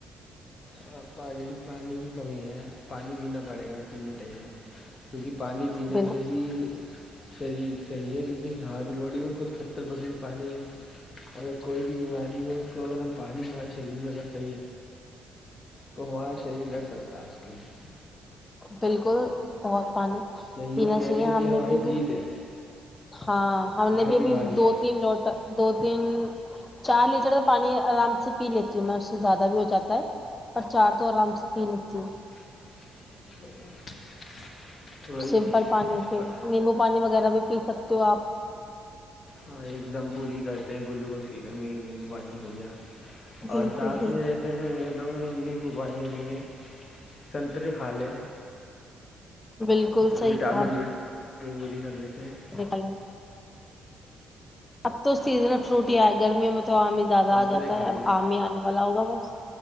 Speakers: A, on the left; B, on the left.
A: ہاں پانی پانی کی کمی ہے پانی پینا پڑے گا پینوں ٹائم کیونکہ پانی پینے
B: بالکل
A: سے ہی شریر صحیح ہے کیونکہ ہماری باڈی میں خود ستر پرسینٹ پانی ہے اگر کوئی بھی بیماری ہو اس کو اگر ہم پانی ہمارے شریر میں اگر صحیح ہے تو ہمارا شریر لڑ سکتا ہے اس کے لیے
B: بالکل بہت پانی
A: یا
B: پینا
A: یوں کہہ
B: چاہیے
A: لیں کہ
B: ہم
A: ہماری
B: نے بھی ابھی
A: جیت ہے
B: ہاں ہم نے
A: ہر
B: بھی
A: بیماری
B: ابھی دو
A: سے
B: تین لوٹا دو تین چار لیٹر کا پانی آرام سے پی لیتی ہوں میں اس سے زیادہ بھی ہو جاتا ہے پر چار تو آرام سے پی لیتی ہوں
A: <inaudible>
B: سمپل
A: ہے
B: پانی پھر نیمبو پانی وغیرہ بھی پی سکتے ہو آپ
A: ہاں ایک دم پوری کرتے ہیں گلوکوز کی کمی نیمبو پانی ہو گیا
B: بالکل
A: اور ساتھ
B: بالکل
A: میں میں نے ایک دم نیمبو پانی پیئے سنتریے کھالے
B: بالکل صحیح
A: وٹامن
B: کہا
A: و پی گولی کر دیتے ہیں
B: ہیلو اب تو سیزن میں فروٹ ہی آئے گرمیوں میں تو آم ہی زیادہ
A: سنترے
B: آ جاتا
A: کھا
B: ہے اب آم ہی آنے والا ہوگا بس